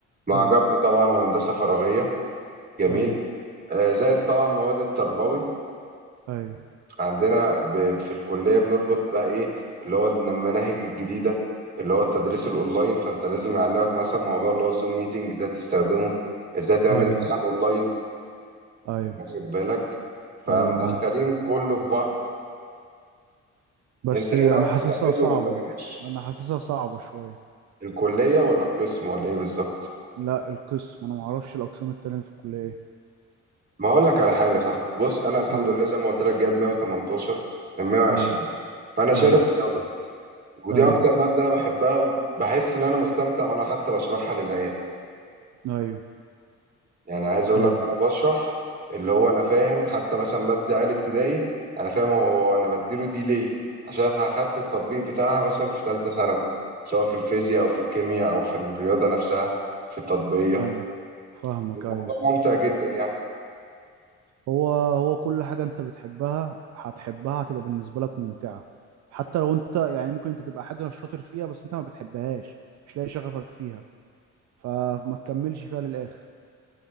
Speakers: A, on the right; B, on the right.
A: مع
B: اه
A: جبري طبعا وهندسة فراغية جميل
B: ايوه
A: آه، زائد طبعا مواد التربوي
B: ايوه
A: عندنا ب- في الكلية بنربط بقى إيه اللي هو المناهج الجديدة اللي هو التدريس الأونلاين فأنت لازم يعلمك مثلا موضوع اللي هو الزوم ميتنج ده تستخدمه إزاي تعمل
B: ايوه
A: امتحان أونلاين
B: ايوه
A: واخد بالك فمدخلين
B: ايوه معاك
A: كله في بعض
B: بس
A: أنت إيه
B: انا
A: رأيك
B: حاسسها
A: ده حلو
B: صعبه
A: ولا وحش؟
B: انا حاسسها صعبه شويه
A: الكلية ولا القسم ولا إيه بالظبط؟
B: لا القسم انا ما اعرفش الاقسام التانيه اللي في الكليه ايه
A: ما اقول لك على حاجه يا صاحبي بص انا الحمد
B: قول.
A: لله زي ما قلت لك جايب 118 من 120
B: ايوه
A: فانا شارب
B: ايوه
A: رياضه ودي
B: ايوه
A: اكتر ماده انا بحبها وبحس ان انا مستمتع وانا حتى بشرحها للعيال
B: ايوه
A: يعني عايز
B: فاهمك
A: اقول لك انا بشرح اللي هو انا فاهم حتى مثلا ماده عالي ابتدائي انا فاهم هو انا بديله دي ليه عشان اخدت التطبيق بتاعها مثلا في ثالثه ثانوي سواء في الفيزياء او في الكيمياء او في الرياضه نفسها في التطبيقيه
B: ايوه فاهمك
A: الموضوع
B: ايوه
A: ممتع جدا يعني
B: هو هو كل حاجه انت بتحبها هتحبها هتبقى بالنسبه لك ممتعه حتى لو انت يعني ممكن انت تبقى حاجه شاطر فيها بس انت ما بتحبهاش مش لاقي شغفك فيها فما تكملش فيها للاخر